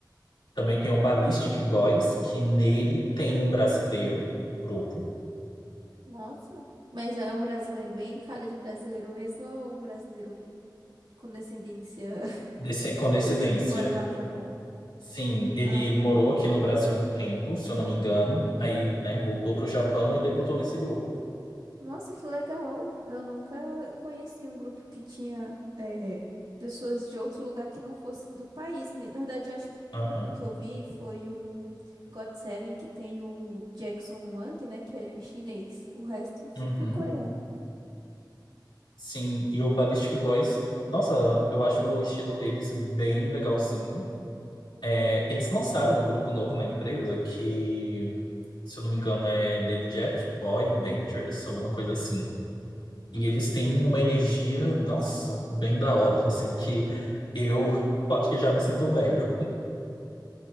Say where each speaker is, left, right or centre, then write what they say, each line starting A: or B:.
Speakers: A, on the left; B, on the right.
A: também tem o Ballistic Boys, que nele tem um brasileiro no grupo.
B: nossa. Mas é um brasileiro bem cara de brasileiro mesmo ou um brasileiro com descendência?
A: Desse, com
B: Tipo
A: descendência,
B: os que moram lá no Japão.
A: sim, ele
B: Ah,
A: morou aqui no Brasil um tempo, se eu não me engano, aí, né, voltou
B: uhum.
A: para o Japão e debutou nesse grupo.
B: Nossa, que legal. Eu nunca conheci um grupo que tinha é, pessoas de outro lugar que não fosse do país mesmo. Na verdade, eu acho que o
A: Aham,
B: único que eu vi foi o God Seven, que tem o Jackson Wang, né, que é chinês. O resto sempre
A: uhum.
B: é coreano.
A: Sim, e o Ballistic Boys, nossa, eu acho o estilo deles bem legalzinho. É, eles lançaram um grupo novo na empresa que, se eu não me engano, é The Jet Boy Bangers, alguma coisa assim. E
B: Hum.
A: eles têm uma energia, nossa, bem da hora, assim, que eu <laughs> acho que já me sinto velho.